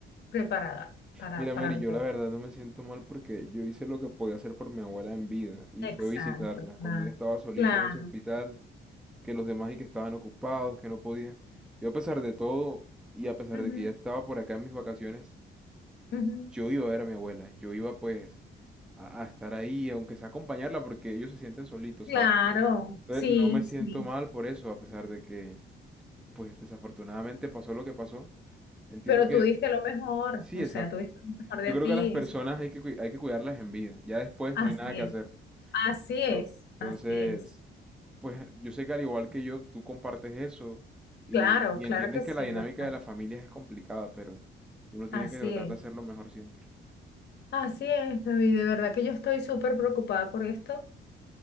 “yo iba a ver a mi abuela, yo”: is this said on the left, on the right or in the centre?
Centre